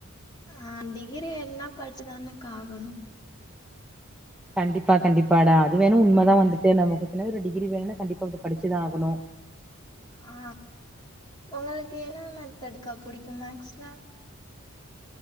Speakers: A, on the left; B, in the centre.
A: ஆ டிகிரி வேன்னா படிச்சுதானக்கா ஆகணு
B: கண்டிப்பா கண்டிப்பாடா அது வேணு உண்மதா வந்துட்டு நமக் பின்னாடி ஒரு டிகிரி வேணுனா கண்டிப்பா படிச்சுதா ஆகணு
A: ஆ உங்களுக்கு என்ன மெத்தேடுக்கா புடிக்கு மேக்ஸ்ல